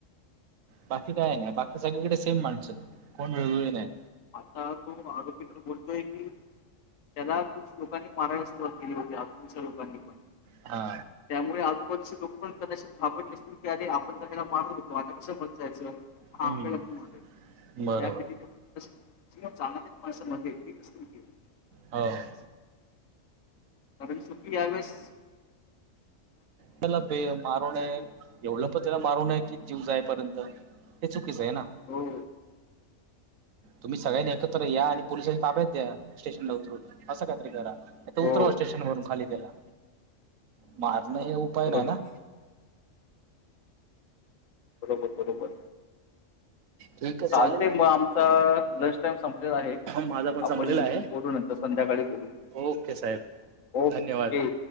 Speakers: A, on the right; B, on the left.
A: बाकी काय नाही. बाकी सगळीकडे सेम माणसं, कोण वेग वेगळी नाय.
B: आता तो आरोपी तर बोलतोय की त्याला खूप लोकांनी मारायला सुरुवात केली होती आजूबाजूच्या लोकांनी पण.
A: हा
B: त्यामुळे आजूबाजूचे लोक पण कदाचित घाबरले असतील. की अरे आपण तर त्याला मारत होतो आता कसं बसायचं. हा
A: हम्म.
B: आपल्याला पण मारेल
A: बरोबर
B: ह्या भीतीने <unintelligible>
A: हां.
B: कारण सुखी आहेस.
A: त्याला बे मारू नये.
B: चुकी
A: एवढ पण त्याला मारू नये की जीव जायपर्यंत हेच कीस आहे ना.
B: हो
A: तुम्ही सगळ्यांनी एकत्र या आणि पोलिसांच्या ताब्यात द्या, स्टेशनला उतरून अस काय तरी करा. नायतर उतरवा
B: हो
A: स्टेशन वरून खाली त्याला. मार न हे पर्याय
B: बरोबर
A: नाही ना.
B: बरोबर बरोबर.
A: ठीक आहे
B: चालते
A: चालेल
B: मग आमचा लंच टाइम संपलेला आहे,
A: माझा पण
B: आपण
A: संपलेला आहे
B: बोलू नंतर संध्याकाळी बोलू.
A: ओके साहेब.
B: ओके
A: धन्यवाद.